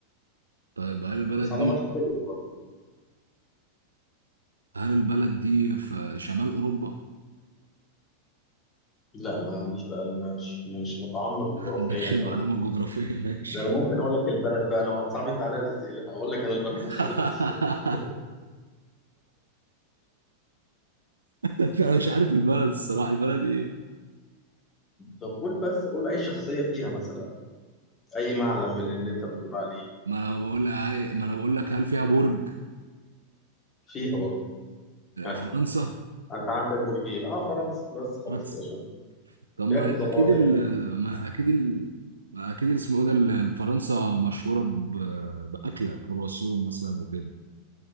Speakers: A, on the right; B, on the left.
A: طيب هل البلد
B: بس عندهم
A: دي
B: أكل حلو برضه
A: هل البلد دي في شمال أوروبا؟
B: لا ما عنديش بقى مش مش متعمق جغرافيا
A: <laughs> ما عندكش المعلومة
B: أوي كده
A: الجغرافية ماشي
B: ده أنا ممكن أقول لك البلد بقى لو هتصعب أنت عليا الأسئلة هقول لك أنا البلد
A: <laughs>
B: وخلاص <laughs>
A: أنت- أنا مش عارف البلد الصراحة البلد إيه؟
B: طب قول بس قول أي شخصية فيها مثلا أي معلم من اللي أنت بتقول عليه
A: ما أنا بقول لك ما أنا بقول لك هل فيها برج؟
B: فيها برج ها
A: فرنسا؟
B: أنت عندك برجين أه فرنسا بس خلاص
A: بس
B: كده شكرا
A: طب
B: بياكلوا
A: ما
B: ضفادع
A: أكيد ال
B: يعني
A: ما أكيد ال ما أكيد اسمه إيه ده ال- فرنسا مشهورة ب- بأكلة كرواسون مثلا وكده